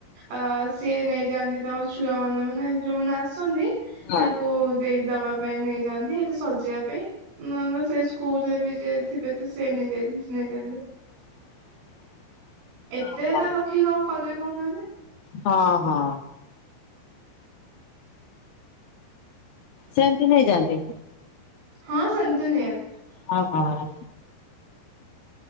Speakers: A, on the right; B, on the left.
A: ଅ ସିଏ ନେଇଯାଆନ୍ତି ତମ ଛୁଆ ମାନେ ମାନେ ଯୋଉମାନେ ଆସନ୍ତି
B: ହଁ।
A: ଓ ଦେଇ ଦବା ପାଇଁ ନେଇଯାନ୍ତି ହେଠି ସଜେଇବା ପାଇଁ ନହେଲେ ସେଇ ସ୍କୁଲ ରେ ବି ଯିଏ ଥିବେ ସେ ନେଇଯାଇ ନେଇଯାଆନ୍ତି।
B: <inaudible>
A: ଏତେ
B: ଓହୋ।
A: ଟା ରଖିକି କଣ କରିବେ କହୁନାହାନ୍ତି?
B: ହଁ ହଁ। ସେମିତି ନେଇଯାନ୍ତି।
A: ହଁ ସେମିତି ନିଅନ୍ତି।
B: ହଁ ହଁ।